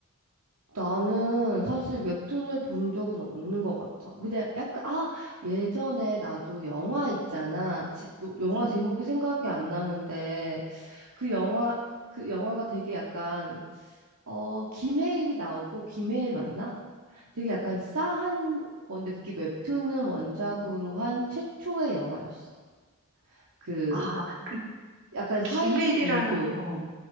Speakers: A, on the right; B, on the right.
A: 나는 사실 웹툰을 본 적은 없는 것 같아. 근데 약간, 아, 예전에 나도 영화 있잖아. 지- 또 영화
B: 응.
A: 제목이 생각이 안 나는데. 그 영화 그 영화가 되게 약간 어 김해일이 나오고 김해일 맞나? 되게 약간 싸한 건데 그게 웹툰을 원작으로 한 최초의 영화였어. 그
B: 아, 그
A: 약간 사이비
B: 기메일이라는
A: 종교
B: 어.